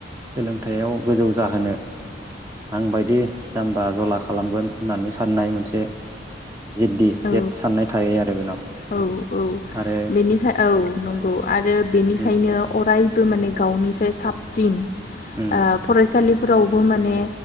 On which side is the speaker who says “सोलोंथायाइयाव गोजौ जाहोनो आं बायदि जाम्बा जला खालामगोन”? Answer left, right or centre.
Right